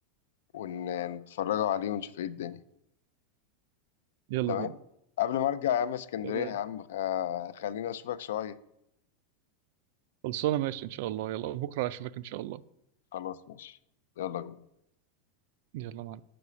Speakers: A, on the left; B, on the right.
A: ونتفرجوا عليه ونشوف ايه الدنيا
B: يلا
A: تمام
B: بينا
A: قبل ما ارجع يا عم اسكندرية
B: تمام
A: يا عم آه خلينا اشوفك شوية
B: خلصانة ماشي ان شاء الله يلا بكرة اشوفك ان شاء الله
A: خلاص ماشي يلا بينا
B: يلا مع